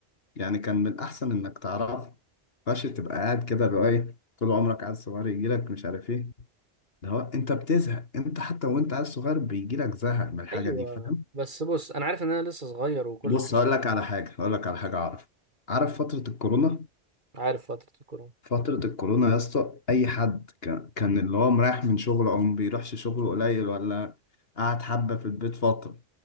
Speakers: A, on the left (about 60°); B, on the right (about 45°).
A: يعني كان من الأحسن إنك تعرف فش تبقى قاعد كده اللي هو إيه طول عمرك عيل صغير يجيلك مش عارف إيه ده هو أنت بتزهق أنت حتى وأنت عيل صغير بيجيلك زهق من الحاجة
B: ايوه
A: دي فاهم
B: بس بص انا عارف ان انا لسه صغير وكل
A: بص
B: حاجه
A: هقول لك على حاجة هقول لك على حاجة أعرف عارف فترة الكورونا
B: عارف فتره الكورونا
A: فترة الكورونا يا اسطى أي حد كان كان اللي هو مريح من شغله أو ما بيروحش شغله قليل ولا قعد حبة في البيت فترة